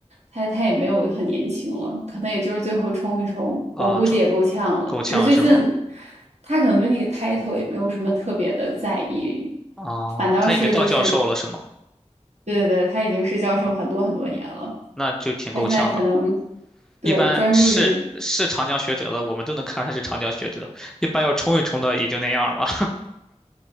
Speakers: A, on the right; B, in the centre.
A: 他他也没有很年轻了，可能也就是最后冲一冲，
B: 啊，
A: 我估计也够呛了。
B: 成够呛是吗？
A: 只是最近他可能对那个 title 也没有什么特别的在意，
B: 啊，
A: 反倒是就是
B: 他已经到教授了是吗？
A: 对对对，他已经是教授很多很多年了。
B: 嗯，那就挺够呛的了。
A: 他现在可能对专注于
B: 一般是是长江学者的，我们都能看出他是长江学者。一般要冲一冲的也就那样了。